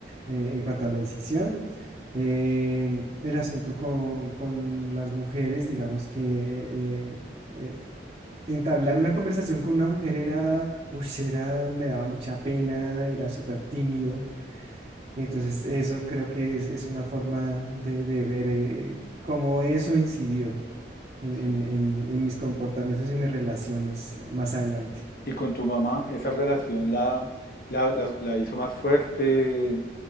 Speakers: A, on the right; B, on the left.
A: eh, en cuanto a la decisión. Em, el asunto con, con las mujeres, digamos que eh, eh, entablar una conversación con una mujer era, uy, era, me daba mucha pena, era súper tímido. Entonces, eso creo que es, es una forma de, de ver eh, cómo eso incidió en,
B: Sí.
A: en en- en mis comportamientos y mis relaciones más adelante.
B: Y con tu mamá, ¿esa relación la, la, la- la hizo más fuerte?